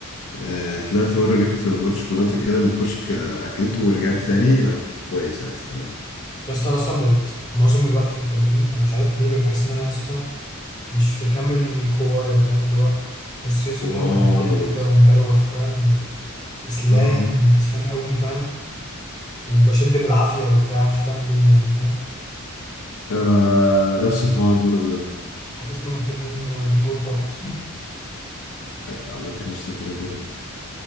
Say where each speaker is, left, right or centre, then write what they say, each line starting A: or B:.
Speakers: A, on the left; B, on the left.
A: آه طلعت بره جبت بار شوكولاته كده من الكشك آه، اكلته ورجعت تاني لا كنت كويس عادي تمام
B: يا اسطى أنا اصلا بقيت معظم الوقت في التمرين انا مش عارف ليه بقيت بحس ان انا يا اسطى مش في كامل قوايا فاهم اللي هو بحس يا اسطى
A: واه
B: ان انا مريح
A: وانا برضه
B: كده ومدروخ فاهم وكسلان
A: اه
B: كسلان قوي فاهم وبشد بالعافيه وبتاع مش فاهم ليه يعني فاهم
A: انا نفس الحوار برضه
B: حاسس ان محتاجين بري ورك اوت
A: عامة قشطة كده كده